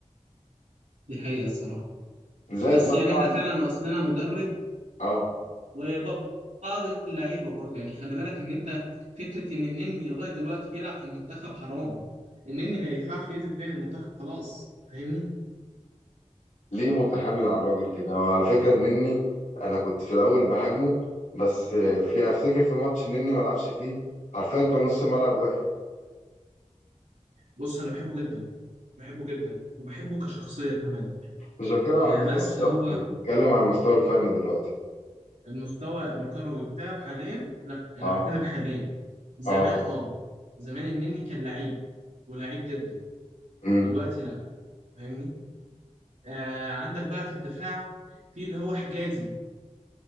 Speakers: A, on the right (about 80°); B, on the left (about 90°).
A: دي حقيقة الصراحة
B: زائد
A: بس
B: بقى
A: يعني
B: طبعا
A: احنا فعلا ناقصنا مدرب
B: اه
A: وبعض اللعيبة برضه يعني خلي بالك ان انت فكرة ان النني لغاية دلوقتي بيلعب في المنتخب حرام النني ما ينفعش ينزل تاني المنتخب خلاص فاهمني
B: ليه متحامل على الراجل كده وعلى فكره نني انا كنت في الاول بهاجمه بس في افتكر في ماتش نني ما لعبش فيه حرفيا كان نص الملعب واقع
A: بص انا بحبه جدا بحبه جدا وبحبه كشخصية كمان
B: مش بتكلم على
A: آه
B: المستوى
A: بس
B: الشخصي
A: هو
B: بتكلم على المستوى الفني دلوقتي
A: المستوى الكروي بتاعه حاليا لا انا
B: اه
A: بتكلم حاليا زمان
B: اه
A: اه زمان النني كان لعيب ولعيب جدا
B: امم
A: دلوقتي لا فاهمني آه عندك بقى في الدفاع في اللي هو حجازي